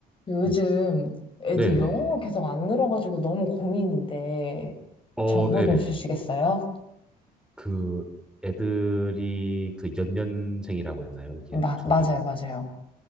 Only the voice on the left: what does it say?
요즘
애들
영어가 계속 안 늘어가지고 너무 고민인데
정보
좀 주시겠어요?
마,
맞아요, 맞아요.